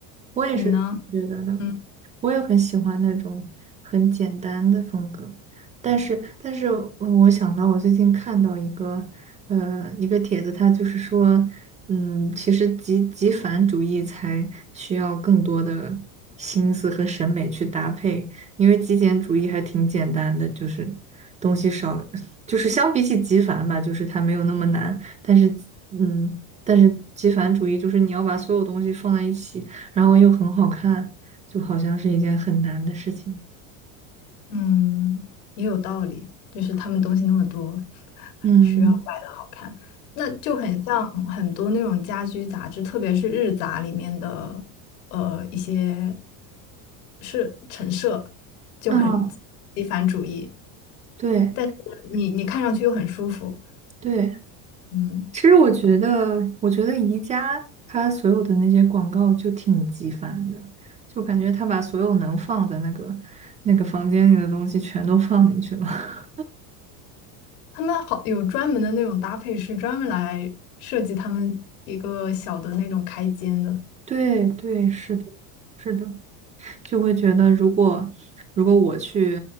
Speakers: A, on the right (about 15°); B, on the left (about 80°).
A: 我也是这么觉得的，
B: 你呢？嗯
A: 我也很喜欢那种很简单的风格，但是，但是呃我想到我最近看到一个，呃，一个帖子，他就是说，嗯，其实极极繁主义才需要更多的心思和审美去搭配，因为极简主义还挺简单的，就是东西少，<laughs> 就是相比起极繁吧，就是它没有那么难，但是，嗯，但是极繁主义就是你要把所有东西放在一起。然后又很好看，就好像是一件很难的事情。
B: 嗯，也有道理，就是他们东西那么多，<laughs>
A: 嗯
B: 需要摆的好看，那就很像很多那种家居杂志，特别是日杂里面的呃一些是陈设就很极繁主义，
A: 嗯，对
B: 但是你你看上去又很舒服，
A: 对，
B: 嗯。
A: 其实我觉得，我觉得宜家它所有的那些广告就挺极繁的，就感觉它把所有能放在那个那个房间里的东西全都放进去了。<laughs>
B: 他们好有专门的那种搭配师，专门来设计他们一个小的那种开间的。
A: 对对，是的，是的，就会觉得如果如果我去